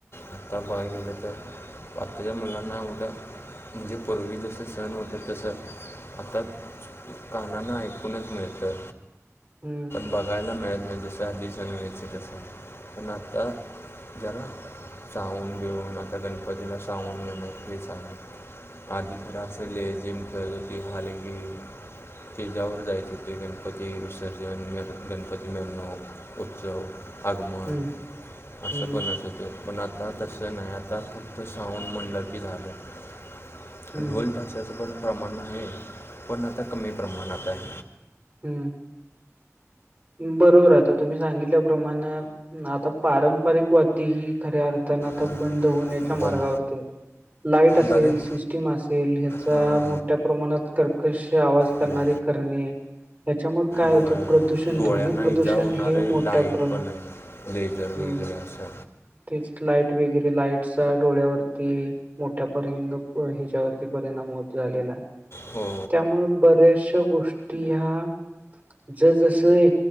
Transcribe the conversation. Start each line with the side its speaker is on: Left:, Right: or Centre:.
Left: आत्ता बघायला गेले तर. आत्ताच्या मुलांना एवडं म्हणजे पूर्वी जसं सण होतं तसं आता. कानान ऐकूनच मिळतं.
Right: हम्म.
Left: बघायला मिळत नाही जसं आधीच होतं तसं. पण आता जरा जाऊन देऊन जरा आता गणपती. जला सगून म नाही प्चां. आधिक क्लासले जिम खेलती के. स्टेजवर जायचे हो ते गणपती विसर्जन मि गणपती मिरणूक. उत्चव. आगमन
Right: हम्म
Left: असं
Right: हम्म
Left: <inaudible> पण आता तसं नाही आता, आता साऊंड म्हणलं की झालं
Right: हम्म
Left: ढोल ताश <inaudible> प्रमाण आहे पण आता कमी प्रमाणात आहे.
Right: हम्म बरोबर आहं आता तुम्ही सांगितल्याप्रमाणे म्ह आता पारंपरिक वाद्ये ही खऱ्या अर्थ तेण आत्ता
Left: अं,
Right: बंद होण्याच्या
Left: पण
Right: मार्गावरती आहे लाईट असेल
Left: बऱ्याच
Right: सिस टीम असेल ह्याचा
Left: हां
Right: मोठ्या प्रमाणात कर्कश आवाज करणारे
Left: हवा
Right: करणे, त्याच्यामुळं काय
Left: डोळ्या
Right: होतं प्रदूषण,
Left: डोळ्यांना
Right: ध्वनी प्रदूषण
Left: इजा होणारे
Right: हे मोठ्या
Left: लाईट
Right: प्रण
Left: पण आहे लेझर वगैरे
Right: -हम,
Left: असं
Right: तेच लाईट वगैरे लाईटसचा डोळ्यावरती, मोठ्यापर्यंत हिच्यावरती परिणाम होत झालेला आहे.
Left: हो
Right: त्यामुळं बऱ्याशा गोष्टी ह्या जसजस ए